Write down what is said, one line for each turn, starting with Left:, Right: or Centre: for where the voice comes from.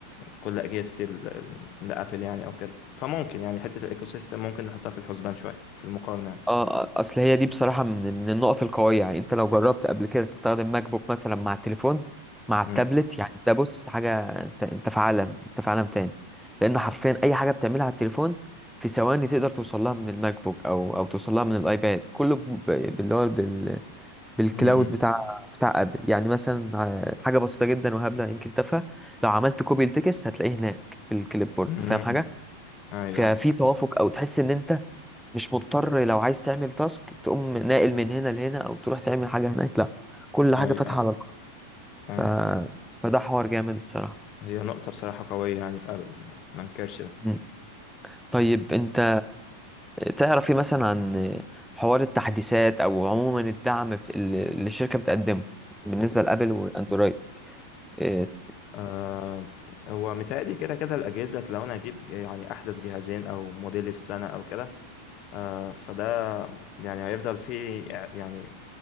Left: كل اجهزه ال- لابل يعني او كده فممكن يعني حته الايكو سيستم ممكن نحطها في الحسبان شويه في المقارنه يعني
Centre: اه اصل هي دي بصراحة من من النقط القوية يعني انت لو جربت قبل كده تستخدم ماك بوك مثلا مع التليفون مع التابلت
Left: امم
Centre: يعني ده بص حاجة انت انت في عالم انت في عالم تاني لان حرفيا اي حاجة بتعملها على التليفون في ثواني تقدر توصلها من الماك بوك او او توصلها من الايباد كله ب- باللي هو بال بالكلاود
Left: امم
Centre: بتاع بتاع ابل يعني مثلا آه، حاجة بسيطة جدا وهبلة يمكن تافهة لو عملت كوبي التكست هتلاقيه هناك في الكليب بورد
Left: امم
Centre: فاهم حاجة
Left: ايوه
Centre: ففي
Left: ايوه
Centre: توافق او تحس ان انت مش مضطر لو عايز تعمل تاسك تقوم ناقل من هنا لهنا او تروح تعمل حاجه هناك لا كل
Left: ايوه
Centre: حاجه فاتحه
Left: ايوه
Centre: على بعض
Left: فاهمك
Centre: ف...
Left: فاهم
Centre: فده حوار جامد الصراحه
Left: هي نقطه بصراحه قويه يعني في ابل ما انكرش ده
Centre: مم. طيب انت تعرف ايه مثلا عن حوار التحديثات او عموما الدعم ب- اللي الشركه بتقدمه بالنسبه لابل واندرويد إيه،
Left: آه هو متهيألي كده كده الاجهزه لو انا اجيب يعني احدث جهازين او موديل السنه او كده آه فده يعني هيفضل فيه يعني